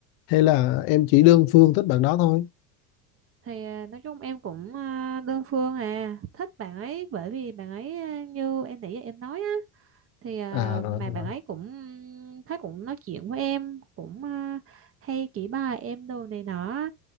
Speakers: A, on the left; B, on the right.
A: hay là em chỉ đơn phương thích bạn đó thôi
B: thì ờ, nói chung em cũng ờ, đơn phương à thích bạn ấy bởi vì bạn ấy ờ, như em nãy giờ em nói á thì à,
A: à rồi
B: mà
A: rồi
B: bạn ấy cũng thấy cũng nói chuyện với em cũng à, hay chỉ bài em đồ này nọ